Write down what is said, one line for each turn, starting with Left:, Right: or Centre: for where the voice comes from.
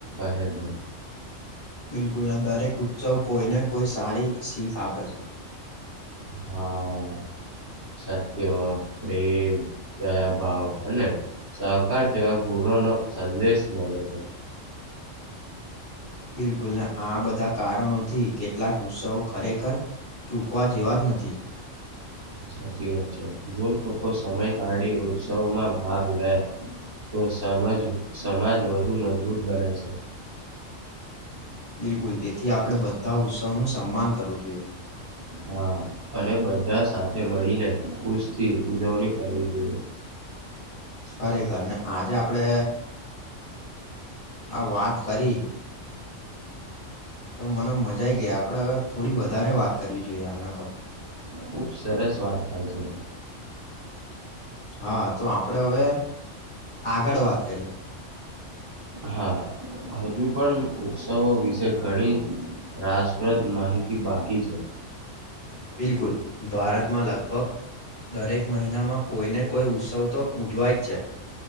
Right: કહે છે.
Left: બિલકુલના દરેક ઉત્સવ કોઈને કોઈ સારી શીખ આપે છે.
Right: હા. સત્ય, પ્રેમ, દયા ભાવ અને સહકાર જેવા ગુણોનો સંદેશ મળે છે.
Left: બિલકુલને આ બધા કારણોથી કેટલાક ઉત્સવો ખરેખર ચૂકવા જેવા જ નથી
Right: સાચી વાત છે, જો લોકો સમય કાઢી ઉત્સવમાં ભાગ લે તો સમજ સમાજ વધુ મજબૂત બને છે.
Left: બિલકુલ તેથી આપણે બધા ઉત્સવનું સન્માન કરવું જોઈએ.
Right: હા, અને બધા સાથે મળીને ખુશથી ઉજવણી કરવી જોઈએ.
Left: હ <unintelligible> ખરેખરને આજે આપણે આ વાત કરી તો મને મજાઈ ગઈ આપડે થોડી વધારે વાત કરવી જોઈએ આના પર
Right: ખુબ સરસ વાત થાય છે.
Left: હા તો આપડે હવે આગળ વાત કરીએ.
Right: હા હજુ પણ ઉત્સવો વિશે ઘણી રાસપ્રદ માહિતી બાકી છે.
Left: બિલકુલ ભારતમાં લગભગ દરેક મહિનામાં કોઈને કોઈ ઉત્સવ તો ઉજવાય જ છે.